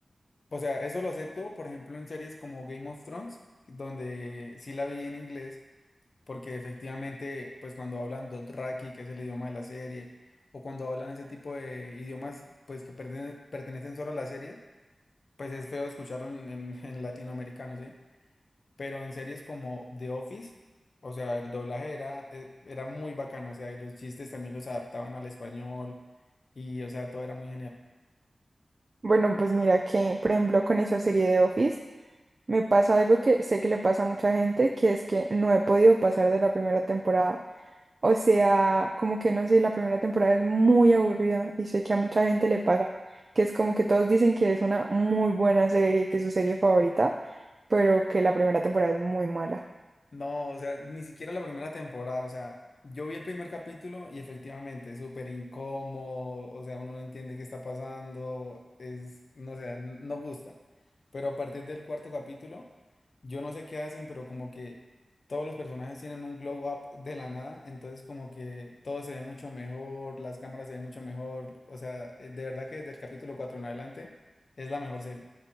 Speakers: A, on the left (about 60°); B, on the right (about 45°).
A: O sea, eso lo acepto, por ejemplo, en series como Game of Thrones, donde sí la vi en inglés, porque efectivamente, pues cuando hablan Dothraki, que es el idioma de la serie, o cuando hablan ese tipo de idiomas, pues que pertene- pertenecen solo a la serie, pues es feo escucharlo en, en- <laughs> en latinoamericano, ¿sí? Pero en series como The Office, o sea, el doblaje era, eh, era muy bacano, o sea, y los chistes también los adaptaban al español, y o sea, todo era muy genial.
B: Bueno, pues mira que, por ejemplo, con esa serie de Office, me pasa algo que sé que le pasa a mucha gente, que es que no he podido pasar de la primera temporada. O sea, como que no sé, la primera temporada es muy aburrida y sé que a mucha gente le pasa, que es como que todos dicen que es una muy buena serie, que es su serie favorita, pero que la primera temporada es muy mala.
A: No, o sea, ni siquiera la primera temporada, o sea, yo vi el primer capítulo y efectivamente, es súper incómodo, o sea, uno no entiende qué está pasando, es, no sé, n- no gusta. Pero a partir del cuarto capítulo, yo no sé qué hacen, pero como que todos los personajes tienen un glow up de la nada, entonces como que todo se ve mucho mejor, las cámaras se ven mucho mejor, o sea, eh, de verdad que desde el capítulo 4 en adelante es la mejor serie.